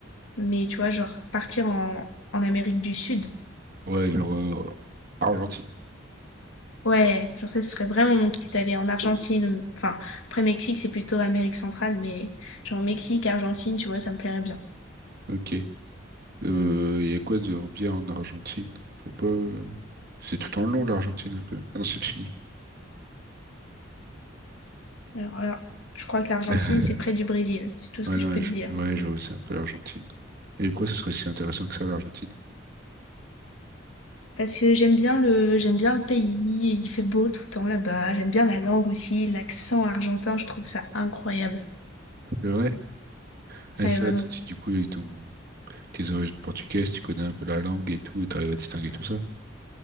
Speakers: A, on the left; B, on the right.
A: Mais tu vois, genre, partir en, en Amérique du Sud.
B: Ouais, genre euh, Argentine.
A: Ouais, genre, ça ce serait vraiment mon kiff d'aller en Argentine. ou- Enfin, après Mexique, c'est plutôt Amérique centrale, mais genre Mexique, Argentine, tu vois, ça me plairait bien.
B: Ok. Euh, y a quoi de bien en Argentine? Je sais pas. euh, C'est tout en long l'Argentine un peu. Ah non, c'est le Chili.
A: Alors là, je crois que l'Argentine,
B: <laughs>
A: c'est près du Brésil. C'est tout ce
B: Ouais,
A: que
B: non,
A: je peux
B: je,
A: te dire.
B: ouais, je vois, c'est un peu l'Argentine. Et pourquoi ce serait si intéressant que ça, l'Argentine?
A: Parce que j'aime bien le j'aime bien le pays, il fait beau tout le temps là-bas, j'aime bien la langue aussi, l'accent argentin, je trouve ça incroyable.
B: C'est vrai? Ah,
A: Ouais,
B: c'est
A: vraiment.
B: vrai, toi, tu- du coup, ils t'ont tes origines portugaises, tu connais un peu la langue et tout, et t'arrives à distinguer tout ça.